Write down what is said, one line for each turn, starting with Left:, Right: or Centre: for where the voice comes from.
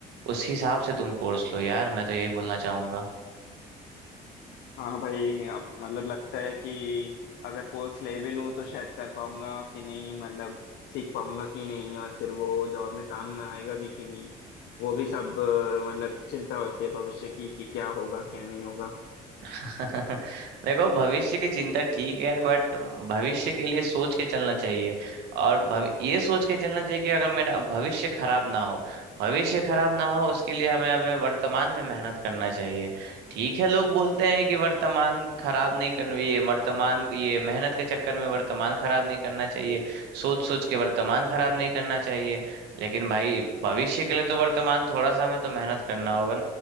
Right: उस हिसाब से तुम कोर्स लो यार मैं तो यही बोलना चाहूंगा
Left: हाँ भाई अब मतलब लगता है कि अगर कोर्स ले भी लूँ तो शायद कर पाऊंगा कि नहीं मतलब सीख पाऊंगा कि नहीं और फिर वो जॉब में काम में आएगा भी कि नहीं वो भी सब अ, मतलब चिंता होती है भविष्य की कि क्या होगा क्या नहीं होगा
Right: <laughs> देखो भविष्य की चिंता ठीक है बट भविष्य के लिए सोच के चलना चाहिए और भवि ये सोच के चलना चाहिए कि अगर मेरा भविष्य खराब ना हो भविष्य खराब ना हो उसके लिए हमें हमें वर्तमान में मेहनत करना चाहिए ठीक है लोग बोलते हैं कि वर्तमान खराब नहीं करना ये वर्तमान ये मेहनत के चक्कर में वर्तमान खराब नहीं करना चाहिए सोच सोच के वर्तमान खराब नहीं करना चाहिए लेकिन भाई भविष्य के लिए तो वर्तमान थोड़ा सा हमें तो मेहनत करना होगा